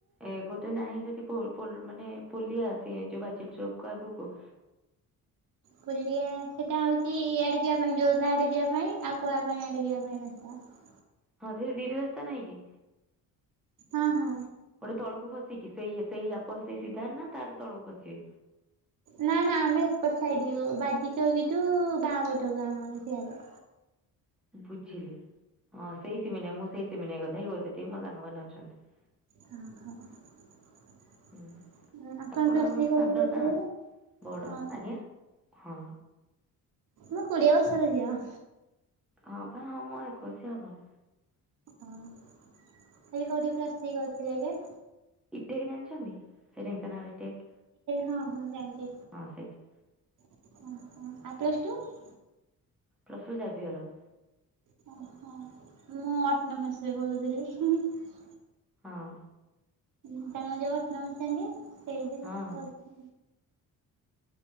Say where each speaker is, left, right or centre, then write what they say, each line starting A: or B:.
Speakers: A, in the centre; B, on the right.
A: ଏ ଗୋଟେ। ନାହିଁ ସେଠି ମାନେ ପୋଲିଆ ଆସି ଯୋଉ ବାଜ ଚୌକକୁ ଆଗକୁ।
B: କୁଲିଆ ସେଟା ହଉଛି ଇଆଡେ ଯିବା ପାଇଁ ଯୋରଦା ଆଡେ ଯିବା ପାଇଁ ଆଉ କଳାପାଣି ଆଡେ ଯିବା ପାଇଁ। ଆ।
A: ହଁ ସେ ଦିଟା ରାସ୍ତା ନାଇଁ କି।
B: ହଁ ହଁ।
A: ଗୋଟେ ତଳକୁ ଖସିକି, ସେଇ ସେଇ ଆପଣ ସେଇ ସିଧା ନା ତାଠୁ ତଳକୁ ଖସି
B: ନା ନା, ଆମେ ଏପ ସାଇ--------ବାଜି ଚଉକିଠୁ ବାଁ ପଟକୁ ଆମର ସିଆଡ଼େ।
A: <inaudible>
B: <unintelligible>
A: ହୁଁ ଆପଣ ଆମଠୁ ସାନ ନା ବଡ଼,
B: ହଁ
A: ଆଜ୍ଞା, ହଁ।
B: ମୁଁ କୁଡ଼ିଏ ବର୍ଷର ଜିଅ।
A: ହଁ ପା, ହଁ ମୁଁ ଏକୋଇଶି, ଆଉ କ
B: କହିଲି, କଉଠି ପ୍ଲସ୍ ଥ୍ରୀ କର୍ଥିଲେ ଯେ?
A: ଇଟେକ୍ ଜାଣିଛନ୍ତି, ସେଇ ଢେଙ୍କାନାଳ୍ ଇଟେକ୍,
B: ହଁ ହଁ ଜାଣିଛି।
A: ହଁ ସେଇଠି।
B: <unintelligible>
A: Plus two Xavier.
B: <inaudible>
A: ହଁ!
B: <inaudible>
A: ହଁ ହଁ